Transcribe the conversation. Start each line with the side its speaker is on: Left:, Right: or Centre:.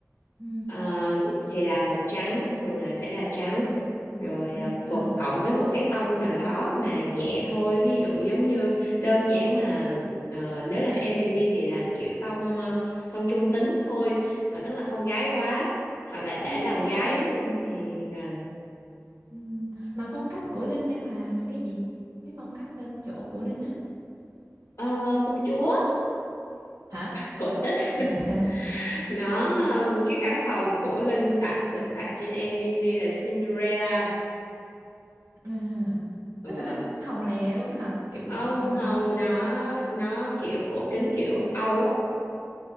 Right: ừ.
Left: Ờ, thì là màu trắng thường là sẽ là trắng rồi
Right: Ừ.
Left: à,
Right: Mà
Left: cùng cộng với một cái tông nào đó mà nhẹ thôi ví dụ giống như đơn giản mà ờ, nếu làm M&B thì làm kiểu tông ờ, tông trung tính thôi Ờ, tức là không gái quá hoặc là
Right: khoan
Left: để làm
Right: khoan
Left: gái luôn thì là
Right: ừ. Mà phong cách của Linh đang là cái gì? Cái phong cách bên chỗ của Linh á
Left: ờ, công chúa
Right: hả?
Left: cổ tích <laughs>
Right: Là sao?
Left: nó um, cái căn phòng của Linh đặt được đặt trên Airbnb là Cinderella
Right: À,
Left: ừ.
Right: tức là nó hồng lè luôn hả? Kiểu
Left: không
Right: kiểu hồng hồng
Left: không
Right: xong rồi
Left: nó
Right: xinh
Left: nó kiểu cổ kính kiểu Âu á